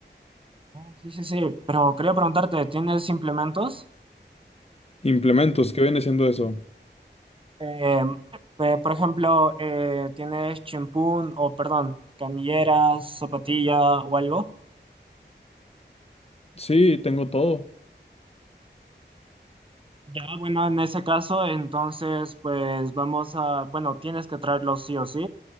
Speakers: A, on the right; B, on the left.
A: Ah, Sí, sí, sí. Pero quería preguntarte, ¿tienes implementos?
B: Implementos, ¿qué viene siendo eso?
A: Eh, eh, por ejemplo, eh, ¿tienes chimpún o, perdón, canilleras, zapatilla o algo?
B: Sí, tengo todo.
A: Ya, bueno, en ese caso, entonces, pues vamos a, bueno, tienes que traerlos sí o sí.